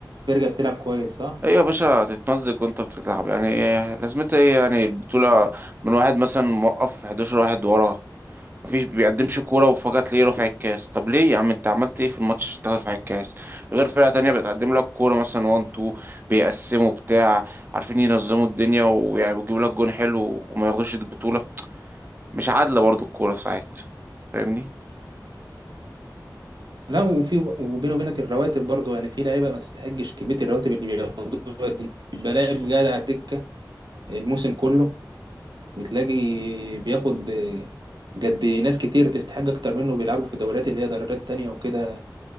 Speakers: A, on the right; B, on the right.
A: فرقة بتلعب كويس صح؟
B: إيه يا باشا تتمزج وأنت بتلعب يعني إيه لازمتها إيه يعني البطولة من واحد مثلا موقف 11 واحد ورا مفيش بيقدمش كورة وفجأة تلاقيه رافع الكاس طب ليه يا عم انت عملت ايه في الماتش عشان تاخد رافع الكاس غير فرقة تانية بتقدم لك كورة مثلا وان تو بيقسموا بتاع عارفين ينظموا الدنيا ويعني بيجيبوا لك جون حلو وما ياخدوش البطولة مش عادلة برضو الكورة في ساعات فاهمني
A: لا وفي وبيني وبينك الرواتب برضه يعني في لعيبه ما تستحقش كميه الرواتب اللي بياخدوها دي يبقى لاعب قاعد على الدكه الموسم كله وتلاقي بياخد جد ناس كتير تستحق أكتر منه بيلعبوا في دوريات اللي هي دوريات تانية وكده